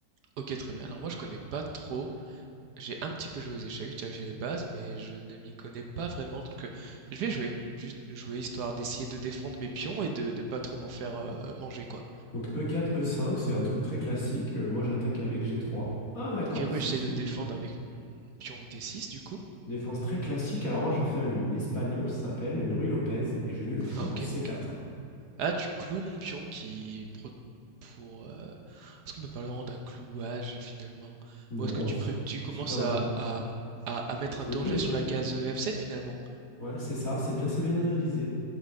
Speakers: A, on the right; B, on the left.
A: Ok, très bien. Alors moi je connais pas trop, j'ai un petit peu joué aux échecs, j'ai déjà fait les bases, mais je ne m'y connais pas vraiment, donc euh, je vais jouer. Juste jouer histoire d'essayer de défendre mes pions et de, de pas trop m'en faire euh, manger quoi.
B: Donc E4, E5, c'est un truc très classique, Euh, moi j'attaque avec G3. Ah d'accord,
A: Ok, moi
B: c'est
A: j'essaye de
B: une
A: défendre avec mon pion D6 du coup.
B: défense très classique, alors moi je vais faire une espagnole, ça s'appelle une Ruy Lopez, et je mets le fou
A: Ah ok,
B: en C4.
A: ok. Ah, tu cloues mon pion qui pro- pour euh, est-ce qu'on peut parler vraiment d'un clouage finalement?
B: Non,
A: Ou est-ce que tu
B: c-
A: pré- tu commences
B: c'est un
A: à, à, à- à mettre
B: développé.
A: un danger sur
B: hein.
A: la case euh, F7 finalement?
B: Ouais, c'est ça, c'est bien, c'est bien analysé.